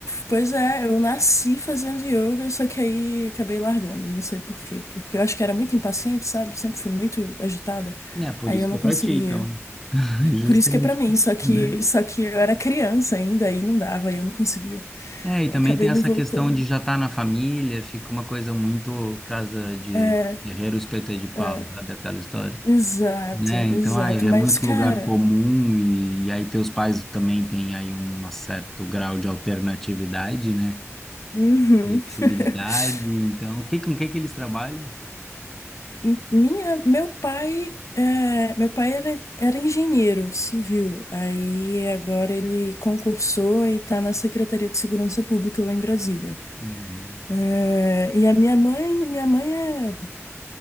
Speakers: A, on the left; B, in the centre.
A: pois é, eu nasci fazendo yoga, só que aí acabei largando, não sei por quê, porque eu acho que era muito impaciente, sabe? Sempre fui muito agitada.
B: É por
A: Aí
B: isso
A: eu não
B: que é
A: conseguia.
B: pra ti, então, <laughs> justamente,
A: Por isso que é pra mim, só que
B: né?
A: só que eu era criança ainda, aí não dava, aí eu não conseguia.
B: É, e
A: Acabei
B: também tem
A: não
B: essa
A: voltando.
B: questão de já estar na família, fica uma coisa muito casa de
A: É,
B: guerreiro espeto é de pau,
A: é,
B: sabe aquela história?
A: exato,
B: Né? Então,
A: exato.
B: ai
A: Mas,
B: é muito
A: cara,
B: lugar comum e, e aí teus pais também têm aí um certo grau de alternatividade, né?
A: Uhum.
B: Flexibilidade.
A: <laughs>
B: Então, o que, com o que que eles trabalham?
A: M- Minha, meu pai, é, meu pai era, era engenheiro civil. Aí agora ele concursou e está na Secretaria de Segurança Pública lá em Brasília.
B: Uhum.
A: É, e a minha mãe, minha mãe é,